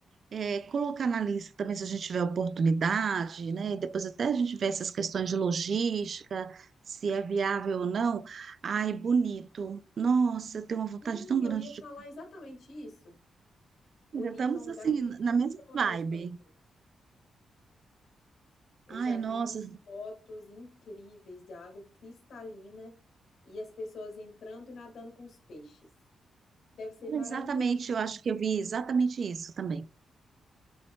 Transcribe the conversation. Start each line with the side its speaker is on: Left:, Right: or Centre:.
Right: é, colocar na lista também se a gente tiver oportunidade, né? depois até a gente vê essas questões de logística, se é viável ou não. Ai, bonito. Nossa, eu tenho uma vontade
Left: Sim,
Right: tão grande
Left: eu ia
Right: de
Left: falar exatamente isso. Bonito
Right: comer. Estamos
Left: é um
Right: assim,
Left: lugar que eu tenho
Right: na
Left: muita
Right: mesma
Left: vontade
Right: vibe.
Left: de conhecer. Eu
Right: Ai,
Left: já
Right: nossa,
Left: vi umas fotos incríveis de água cristalina e as pessoas entrando e nadando com os peixes. Deve ser
Right: exatamente,
Left: maravilhoso.
Right: eu acho que eu vi exatamente isso também.